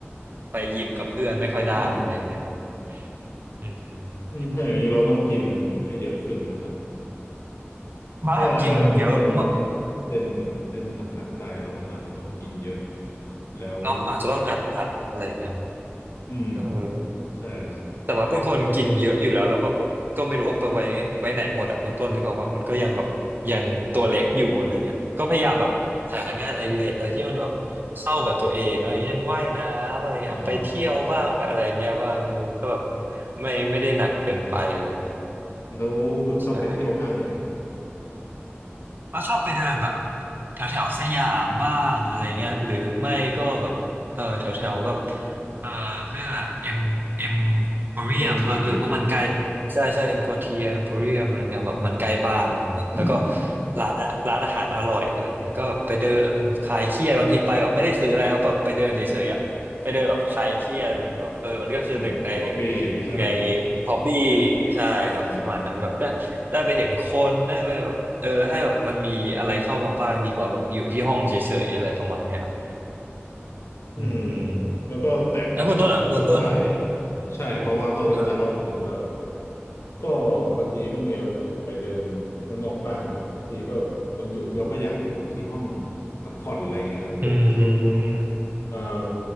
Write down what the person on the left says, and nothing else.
อืม
อืมถ้าอย่างนี้เราต้องกินให้เยอะขึ้นนะครับ
ถ้าถ้าอยากจะเล่นเล่นแบบเล่นหนักๆได้เราต้องอาจจะต้องกินเยอะ แล้ว
อืม
ใช่ครับ
อ่า
แล้วแบบชอบไปเที่ยวห้างไหนครับ
อืม
โคตรทีเออ
ฮอบบี้อืม
เออฮอบบี้ใช่ไหม
อ่า อืม
แล้วก็แตกต่างครับสไตล์
ใช่เพราะว่าต้นก็จะเล่าเหมือนกันว่าแบบ
ก็บางทีก็มีอารมณ์อยากไปเดินข้างนอกบ้างแต่บางทีก็วันหยุดเราก็อยากอยู่ที่ห้องพักผ่อนอะไรอย่างเงี้ยครับแบบดู
เอ่ม